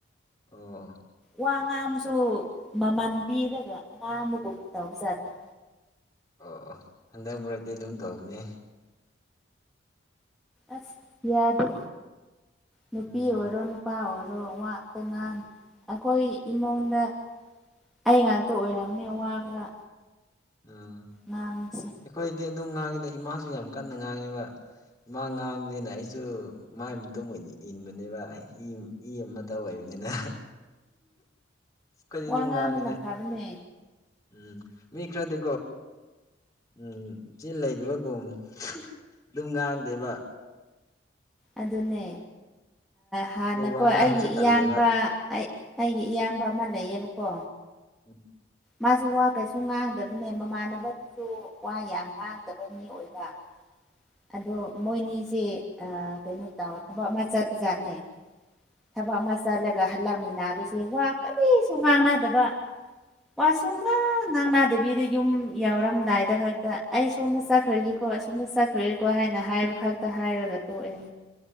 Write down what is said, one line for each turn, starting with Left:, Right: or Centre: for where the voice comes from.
Left: ꯑꯣ
Centre: ꯋꯥ ꯉꯥ ꯑꯃꯁꯨ ꯃꯃꯜ ꯄꯤꯔꯒ ꯉꯥ ꯑꯃꯒꯨꯝ ꯇꯧꯖꯥꯗ꯭ꯔ
Left: ꯑꯣ ꯑꯣ ꯍꯟꯗꯛ ꯃꯔꯛꯇꯤ ꯑꯗꯨꯝ ꯇꯧꯕꯅꯤ
Centre: ꯑꯁ ꯌꯥꯗ ꯅꯨꯄꯤ
Left: ꯎꯝ
Centre: ꯑꯣꯏꯔꯣ ꯅꯨꯄꯥꯔ ꯑꯣ ꯋꯥꯄꯉꯥꯡ ꯑꯩꯈꯣꯏ ꯏꯃꯨꯡꯗ ꯑꯩ ꯉꯥꯛꯇ ꯑꯣꯏꯔꯝꯅꯦ ꯋꯥ ꯈꯔ
Left: ꯎꯝ
Centre: ꯉꯥꯡꯕꯁꯦ
Left: ꯑꯩꯈꯣꯏꯗꯤ ꯑꯗꯨꯝ ꯉꯥꯡꯉꯤꯗ ꯏꯃꯥꯁꯨ ꯌꯥꯝ ꯀꯟꯅ ꯉꯥꯡꯉꯦꯕ ꯏꯃ ꯉꯥꯡꯕꯅꯤꯅ ꯑꯩꯁꯨ ꯃꯥꯏ ꯃꯇꯨꯡ ꯑꯣꯏꯅ ꯏꯟꯕꯅꯦꯕ ꯑꯩ ꯏ ꯑꯃ ꯇ ꯑꯣꯏꯕꯅꯤꯅ ꯑꯩꯈꯣꯏꯗꯤ
Centre: ꯋꯥ
Left: ꯑꯗꯨꯝ
Centre: ꯉꯥꯡ
Left: ꯉꯥꯡꯉꯤꯗ
Centre: ꯑꯃꯅ ꯐꯕꯅꯦ
Left: ꯎꯝ ꯃꯤ ꯏ ꯈꯥ ꯗꯣ ꯎꯝ ꯆꯤꯟ ꯂꯩꯗꯕꯒꯨꯝ ꯑꯗꯨꯝ ꯉꯥꯡꯗꯦꯕ
Centre: ꯑꯗꯨꯅꯦ ꯍꯥꯟꯅꯀꯣ
Left: ꯑꯗꯨ ꯋꯥ ꯉꯥꯡꯕꯁꯨ
Centre: ꯑꯩꯒꯤ
Left: ꯇꯜꯂꯦꯕ
Centre: ꯏꯌꯥꯝꯕ ꯑꯩ ꯑꯩꯒꯤ ꯏꯌꯥꯝꯕ ꯑꯃ ꯂꯩꯌꯦꯕꯀꯣ
Left: ꯎꯝ
Centre: ꯃꯥꯁꯨ ꯋꯥ ꯀꯩꯁꯨ ꯉꯥꯡꯗꯕꯅꯦ ꯃꯃꯥꯟꯅꯕꯗꯨꯁꯨ ꯋꯥ ꯌꯥꯝ ꯉꯥꯡꯗꯕ ꯃꯤ ꯑꯣꯏꯕ ꯑꯗꯣ ꯃꯣꯏꯅꯤꯁꯦ ꯀꯩꯅꯣ ꯇꯧ ꯊꯕꯛ ꯑꯃ ꯆꯠꯄꯖꯥꯠꯅꯦ ꯊꯕꯥꯛ ꯃꯁꯜꯂꯒ ꯍꯜꯂꯛꯃꯤꯟꯅꯕꯁꯦ ꯋꯥ ꯀꯁꯨ ꯉꯥꯡ ꯅꯥꯗꯕ ꯋꯥꯁꯨ ꯉꯥꯡ ꯉꯥꯡꯗꯕ ꯕꯤꯗꯤ ꯌꯨꯝ ꯌꯥꯎꯔꯝꯗꯥꯏꯗ ꯈꯛꯇ ꯑꯩ ꯁꯣꯝꯗ ꯆꯠꯈ꯭ꯔꯒꯦꯀꯣ ꯑꯁꯣꯝꯗ ꯆꯠꯈ꯭ꯔꯒꯦꯀꯣ ꯍꯥꯏꯅ ꯍꯥꯏꯕ ꯈꯛꯇ ꯍꯥꯏꯔꯒ ꯇꯣꯛꯑꯦ